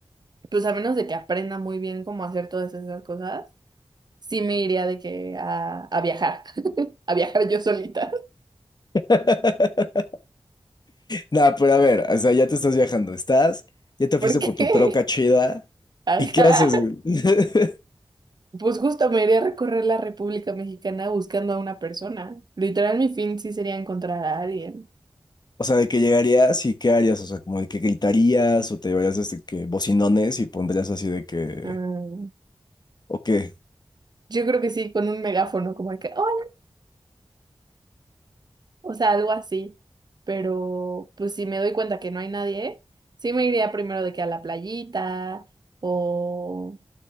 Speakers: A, on the right (about 50°); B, on the left (about 50°).
A: Pues a menos de que aprenda muy bien cómo hacer todas esas cosas, sí me iría de que a, a viajar, <laughs> a viajar yo solita.
B: <laughs> Nah, pero a ver, o sea, ya te estás viajando, estás, ya te fuiste
A: Porque,
B: por tu troca chida,
A: <laughs>
B: ¿y qué
A: ajá,
B: haces, güey? <laughs>
A: pues justo me iría a recorrer la República Mexicana buscando a una persona. Literal, mi fin sí sería encontrar a alguien.
B: O sea, de que llegarías y qué harías, o sea, como de que gritarías o te llevarías este que bocinones y pondrías así de que,
A: Mm,
B: o qué,
A: Yo creo que sí, con un megáfono, como de que, hola, o sea, algo así. Pero, pues si me doy cuenta que no hay nadie, sí me iría primero de que a la playita o...